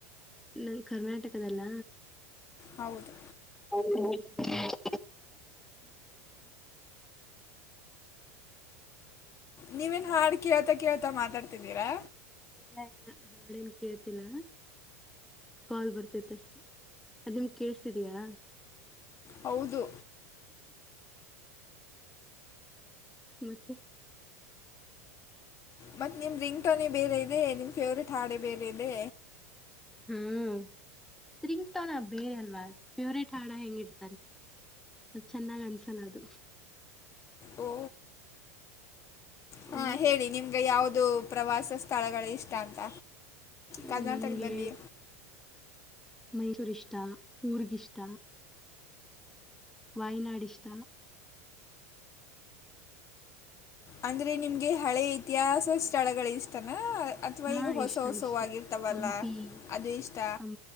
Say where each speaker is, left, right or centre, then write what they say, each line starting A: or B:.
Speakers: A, in the centre; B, on the left.
A: ನನ್ ಕರ್ನಾಟಕದಲ್ಲ.
B: ಹೌದು.
A: ಹೌ <unintelligible>
B: ನೀವೇನ್ ಹಾಡ್ ಕೇಳ್ತಾ ಕೇಳ್ತಾ ಮಾತಾಡ್ತಿದ್ದೀರಾ
A: ಇಲ್ಲ ಇಲ್ಲ ಹಾಡು ಏನ್ ಕೇಳ್ತಿಲ್ಲಾ ಕಾಲ್ ಬರ್ತೈತ್ ಅಷ್ಟೇ ಅದು ನಿಮ್ಗ್ ಕೇಳಿಸಸ್ತಿದಿಯಾ
B: ಹೌದು
A: ಮತ್ತೆ
B: ಮತ್ ನಿಮ್ ರಿಂಗ್ ಟೋನಿ ಬೇರೆ ಇದೆ ನಿಮ್ ಫೇವ್ರೇಟ್ ಹಾಡೆ ಬೇರೆ ಇದೆ
A: ಹ್ಮಗ ತವನ ಬೇರೆಲ್ವಾ ಫೇವ್ರೇಟ್ ಹಾಡ ಹೆಂಗ ಇಡ್ತಾರೆ ಅ ಚೆನ್ನಾಗ್ ಅನ್ಸಲ್ಲ ಅದು
B: ಓ ಹಾ
A: ಓ
B: ಹೇಳಿ ನಿಮ ಈಗ ಯಾವವುದು ಪ್ರವಾಸ ಸ್ಥಳಗಳು ಇಷ್ಟ ಅಂತ
A: ಅ
B: ಕರ್ನಾಟಕದಲ್ಲಿ
A: ನಂಗೆ ಮೈಸೂರ್ ಇಷ್ಟ ಊರ್ಗಿ ಇಷ್ಟ ವಾಯ್ನಾಡಿ ಇಷ್ಟ
B: ಅಂದ್ರೆ ನಿಮ್ಗೆ ಹಳೆ ಇತಿಹಾಸ ಸ್ಥಳಗಳು ಇಷ್ಟತನ ಅಥವಾ
A: ಹಾ
B: ಈಗ ಹೊಸ
A: ಇಷ್ಟ
B: ಹೊಸಗರ್ತಾವಲ್ಲ
A: ಇಷ್ಟ ಹಂಪಿ
B: ಅದು ಇಷ್ಟ
A: ಹಂ